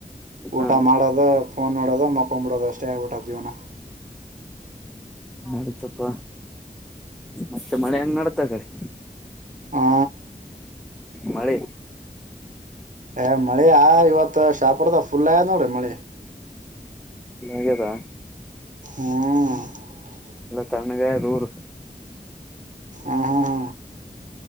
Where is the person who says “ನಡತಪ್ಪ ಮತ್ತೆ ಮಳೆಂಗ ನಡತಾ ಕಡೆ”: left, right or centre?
Centre